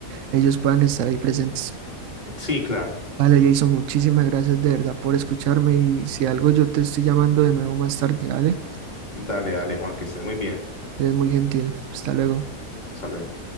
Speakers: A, on the right (about 65°); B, on the left (about 30°).
A: ellos puedan estar ahí presentes.
B: Sí, claro.
A: Vale, Jason, muchísimas gracias de verdad por escucharme y si algo yo te estoy llamando de nuevo más tarde, ¿vale?
B: Dale, dale, Juan, que estés muy bien.
A: Eres muy gentil. Hasta luego.
B: Hasta luego.